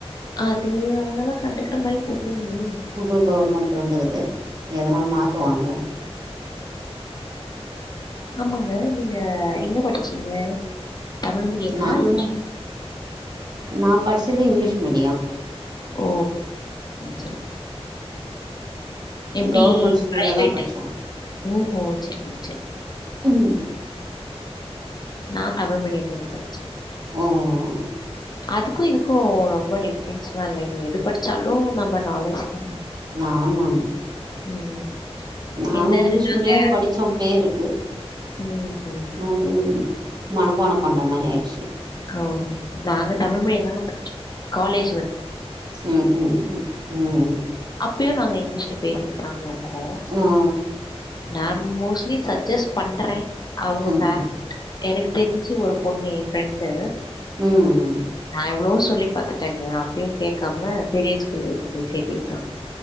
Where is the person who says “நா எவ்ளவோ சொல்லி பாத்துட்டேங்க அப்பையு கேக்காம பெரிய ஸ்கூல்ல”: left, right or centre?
Left